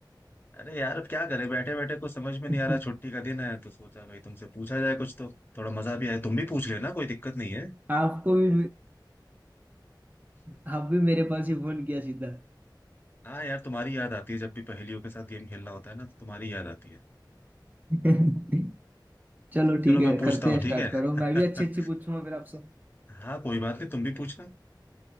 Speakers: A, on the left; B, on the right.
A: अरे यार अब क्या करें बैठे बैठे कुछ समझ में नहीं
B: <laughs>
A: आ रहा छुट्टी का दिन है तो सोचा भाई तुमसे पूछा जाए कुछ तो थोड़ा मजा भी आए तुम भी पूछ लेना कोई दिक्कत नहीं है
B: आपको भी
A: <laughs>
B: आप भी मेरे पास ही फोन किया सीधा
A: हाँ यार तुम्हारी याद आती है जब भी पहेलियों के साथ गेम खेलना होता है ना तो तुम्हारी याद आती है
B: <laughs> चलो ठीक
A: चलो
B: है
A: मैं पूछता
B: करते
A: हूँ
B: हैं
A: ठीक
B: स्टार्ट
A: है
B: करो मैं भी अच्छी
A: <laughs>
B: अच्छी पूछूंगा फिर आपसे
A: हाँ कोई बात नहीं तुम भी पूछना